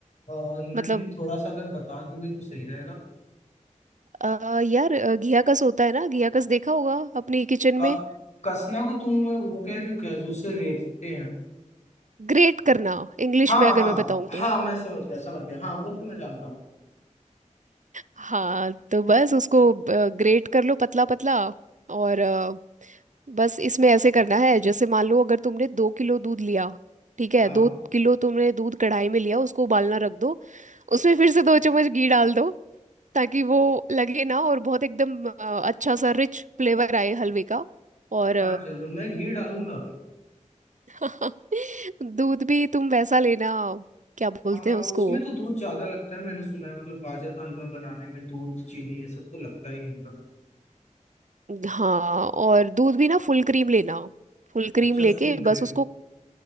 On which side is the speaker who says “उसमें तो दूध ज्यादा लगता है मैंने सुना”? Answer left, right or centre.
Left